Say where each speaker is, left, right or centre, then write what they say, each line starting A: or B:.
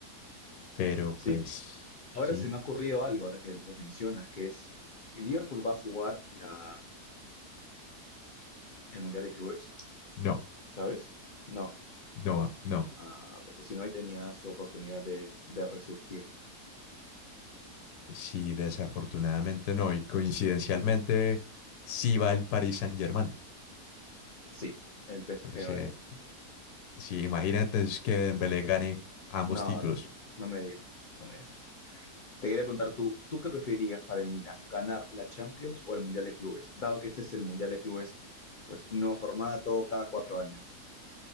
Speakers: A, on the left; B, on the left.
A: pero
B: sí.
A: pues
B: Ahora
A: sí,
B: se me ha ocurrido algo, ahora que lo mencionas, que es, el Liverpool va a jugar la, el Mundial de Clubes,
A: no,
B: ¿sabes? No.
A: no, no.
B: Ah, porque si no, ahí tenía su oportunidad de, de resurgir.
A: Sí, desafortunadamente no. Y coincidencialmente, sí va el Paris Saint-Germain.
B: Sí, el PSG
A: O sea,
B: va a ir.
A: sí, imagínate es que Dembélé gane ambos
B: No,
A: títulos.
B: no, no, no me digas eso, no me digas eso. Te quería preguntar tú, ¿tú qué preferirías para el Milan? ¿Ganar la Champions o el Mundial de Clubes? Dado que este es el Mundial de Clubes, pues nuevo formato cada cuatro años.